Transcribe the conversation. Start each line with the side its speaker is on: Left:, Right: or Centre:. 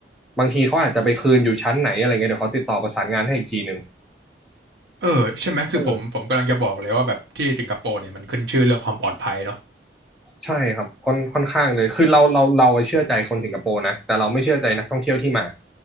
Centre: บางทีเขาอาจจะไปคืนอยู่ชั้นไหนอะไรเงี้ยเดี๋ยวเขาติดต่อประสานงานให้อีกทีหนึ่ง
Right: เออใช่ไหมคือผมผมกำลังจะบอกเลยว่าแบบที่สิงคโปร์เนี่ยมันขึ้นชื่อเรื่องความปลอดภัยเนาะ
Centre: เออใช่ครับค่อนค่อนข้างเลยคือเราเราเราเชื่อใจคนสิงคโปร์นะแต่เราไม่เชื่อใจนักท่องเที่ยวที่มา